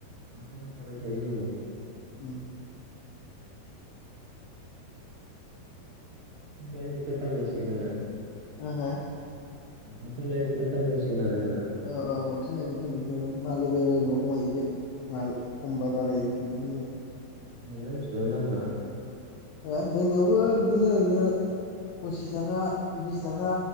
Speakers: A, on the right (about 60°); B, on the left (about 75°).
A: आदाव जाबाय थायो।
B: उम
A: लायैबोथ दाम दसिना आरो
B: हा हा
A: बोथोर लायै बोथोर दाम जासिगोन आरो होनना
B: औ औ बोथोर ननाय बोथोर बेखौ मालाय बे खमायो बे नाल खमबा बाराय बिदि आरो
A: नोंलाय बेसेबां दामफोरा
B: ए जोंनियावबो बिदिनो ओरैनो फसिस थाखा बिस थाखा